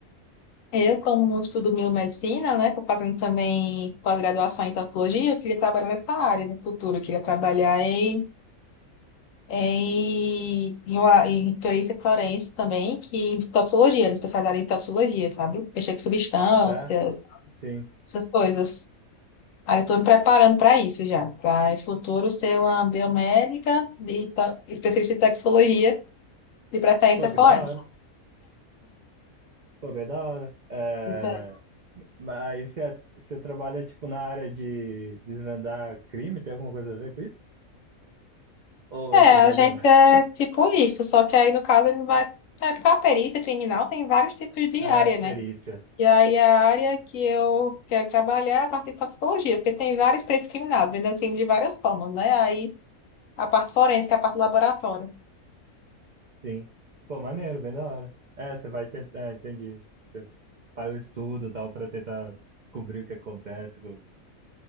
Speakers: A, on the left; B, on the right.
A: Eu, como estudo biomedicina, né, estou fazendo também pós-graduação em tatuologia, eu queria trabalhar nessa área no futuro, eu queria trabalhar em, em, em, uma- em perícia forense também, que em toxicologia, era especializada em toxicologia, sabe? Mexer com substâncias,
B: tá? Sim.
A: essas coisas. Aí eu estou me preparando para isso já, para em futuro ser uma biomédica de ta- especialista em toxicologia, de preferência
B: Pô,
A: forense.
B: que da hora. Pô, bem da hora. É,
A: Pois é.
B: mas você, você trabalha, tipo, na área de desvendar crime? Tem alguma coisa a ver com isso? Ou
A: É,
B: eu tô viajando?
A: a gente
B: <laughs>
A: é tipo isso, só que aí no caso ele vai. É, porque a perícia criminal tem vários tipos de
B: É,
A: área, né?
B: perícia.
A: E aí a área que eu quero trabalhar é a parte de toxicologia, porque tem vários peritos criminais, vendendo crime de várias formas, né? Aí a parte forense, que é a parte do laboratório.
B: Sim. Pô, maneiro, bem da hora. É, você vai tentar, é, entendi. Faz o estudo e tal pra tentar descobrir o que acontece. co-